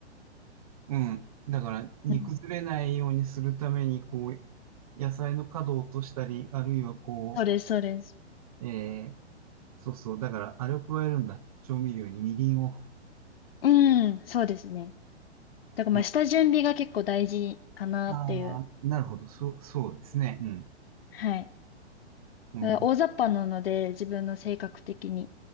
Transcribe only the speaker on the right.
うん。だから、煮崩れないようにするために、
こう、野菜の角を落としたり、あるいはこ
う、えー、そうそう、だから、あれを加えるんだ。調味料にみりんを。
うん。
ああ、なるほど。そう、そうですね。うん。
うん、
ぼ、